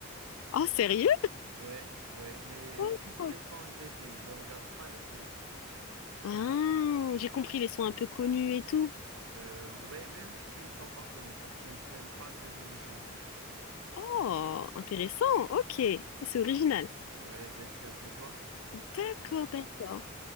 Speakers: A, on the left; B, on the right.
A: Oh, sérieux?
B: Ouais, ouais, mais
A: D'accord.
B: juste les sons des films, je regarde pas les films.
A: Ah, j'ai compris les sons un peu connus et tout.
B: Euh, ouais, même qui sont pas connus parce que je suis un fan de musique indienne.
A: Oh, intéressant, ok, c'est original.
B: Oui, bien sûr. Et toi?
A: D'accord, d'accord.